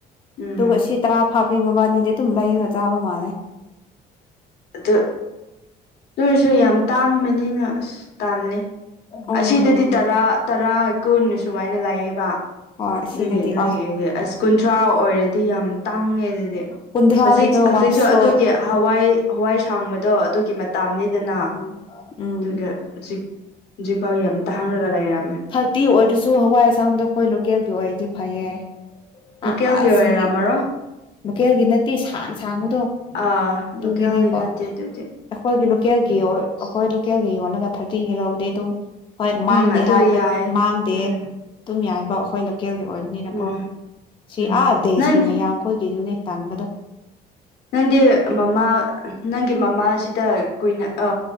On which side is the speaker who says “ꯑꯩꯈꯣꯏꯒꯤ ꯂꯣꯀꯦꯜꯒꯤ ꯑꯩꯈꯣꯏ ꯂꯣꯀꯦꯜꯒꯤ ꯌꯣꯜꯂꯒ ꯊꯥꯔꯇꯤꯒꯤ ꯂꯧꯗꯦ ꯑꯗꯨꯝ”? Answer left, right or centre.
Left